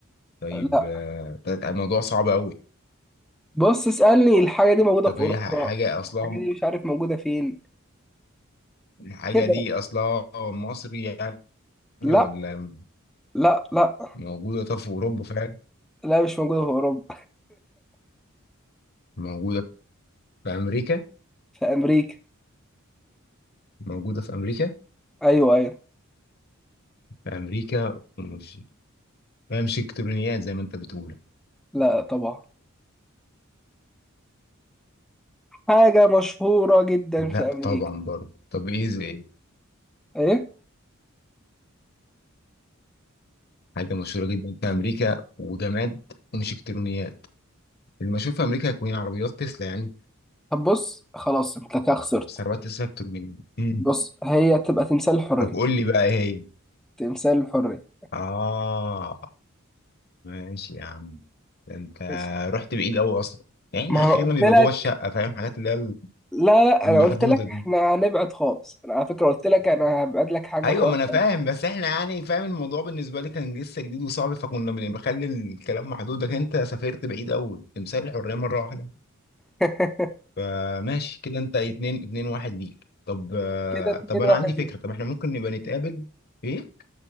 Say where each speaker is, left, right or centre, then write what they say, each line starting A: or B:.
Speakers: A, on the left (about 50°); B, in the centre.
A: طيب
B: لا
A: آه، ده ده الموضوع صعب قوي
B: بص اسألني الحاجه دي موجوده
A: طب
B: في اوروبا
A: هي ح- حاجة أصلها
B: الحاجه
A: م-
B: دي مش عارف موجوده فين
A: الحاجة
B: كده
A: دي أصلها مصري يعني
B: لا
A: ولا
B: لا لا
A: موجودة طب في أوروبا فعلا
B: لا مش موجودة في أوروبا
A: موجودة في أمريكا
B: <laughs> في أمريكا
A: موجودة في أمريكا
B: أيوه أيوه
A: في امريكا مش هي مش الكترونيات زي ما انت بتقول
B: لا طبعا حاجة مشهورة جدا
A: لا
B: في أمريكا
A: طبعا برضه طب ايه زي إيه؟
B: إيه؟
A: حاجه مشهوره جدا في امريكا وجماد ومش الكترونيات اللي ما اشوف في امريكا هيكون عربيات تسلا يعني
B: طب بص خلاص أنت كده خسرت
A: بس عربيات تسلا الكترونيه امم
B: بص هي تبقى تمثال الحرية
A: طب قول لي بقى ايه هي
B: تمثال الحرية
A: اه ماشي يا عم ده انت
B: ماشي.
A: رحت بعيد قوي اصلا يعني احنا
B: ما أنا
A: اخرنا
B: قلت
A: بيبقى جوه الشقه
B: لك
A: فاهم حاجات اللي هي
B: لا لا
A: المحدوده
B: أنا قلت لك
A: دي
B: إحنا هنبعد خالص أنا على فكرة قلت لك أنا هبعد لك حاجة
A: ايوه
B: خالص
A: ما انا فاهم
B: أنا
A: بس احنا يعني فاهم الموضوع بالنسبه لي كان لسه جديد وصعب فكنا بن- بخلي الكلام محدود لكن انت سافرت بعيد قوي تمثال الحريه مره واحده
B: <laughs>
A: فماشي كده انت اتنين اتنين واحد ليك طب آه،
B: كده
A: طب
B: اتنين
A: انا
B: واحد
A: عندي فكره
B: ليك.
A: طب احنا ممكن نبقى نتقابل ايه